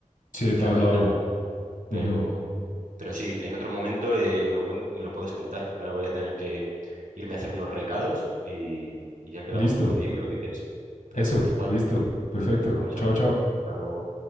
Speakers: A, on the left; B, on the right.
A: Se
B: ya
A: trasladó.
B: no hay tanto. Pero,
A: Ujú.
B: pero sí, en otro momento eh, me lo cuen- me lo puedes contar. Ahora voy a tener que irme a hacer unos recados y, y ya quedamos
A: Listo.
B: otro día y me lo dices. Perfecto,
A: Eso,
B: Juan.
A: listo. Perfecto.
B: Pues vamos
A: Chao,
B: hablando.
A: chao.
B: Hasta luego.